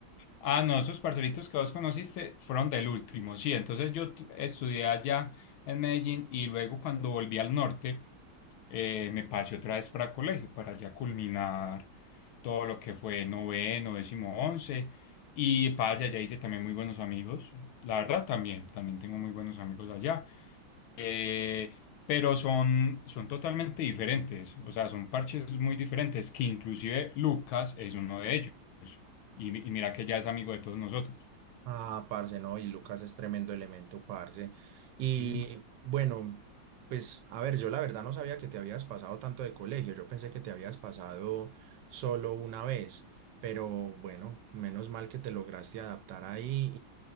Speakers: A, on the left (about 80°); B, on the right (about 70°).
A: Ah, no, esos parcelitos que vos conociste fueron del último, sí. Entonces yo t- estudié allá en Medellín y luego cuando volví al norte eh, me pasé otra vez para colegio, para ya culminar todo lo que fue noveno, décimo, once. Y parce, allá hice también muy buenos amigos. La verdad también, también tengo muy buenos amigos allá. Eh, pero son, son totalmente diferentes, o sea, son parches muy diferentes que inclusive Lucas es uno de ellos. Y, mi- y mira que ya es amigo de todos nosotros.
B: Ah, parce, no, y Lucas es tremendo elemento, parce. Y
A: Ujú.
B: bueno, pues a ver, yo la verdad no sabía que te habías pasado tanto de colegio, yo pensé que te habías pasado solo una vez, pero bueno, menos mal que te lograste adaptar ahí